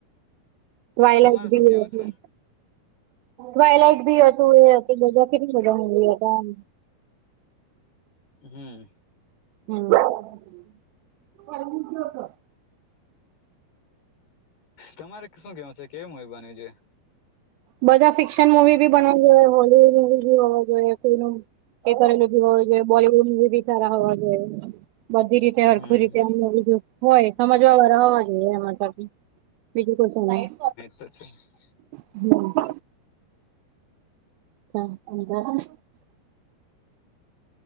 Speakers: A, on the right (about 80°); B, on the left (about 75°).
A: વાયલાઈટ
B: તમારે શું
A: બી
B: કેવું
A: એ
B: છે?
A: હતું વાયલાઈટ બી હતું એ હતું બધા. <inaudible>
B: હમ્મ.
A: હમ.
B: તમારે શું કેવું છે કેવી મુવી બનવી જોઈએ.
A: બધા ફિક્શન મુવી ભી બનવા જોઈએ હોલીવુડ મુવી બી બનાવવુ જોઈએ કોઈ એ કરેલું બી હોવું જોઈએ બોલીવૂડ બી સારા હોવા જોઈએ, બધી રીતે હખું
B: હમ્મ.
A: રીતે હોવું જોઈએ. હોય સમજવા વાળ હોવા જોઈએ એમાં કર, બીજું કોઈ શું નાઈ.
B: <unintelligible>
A: <inaudible> હ <unintelligible>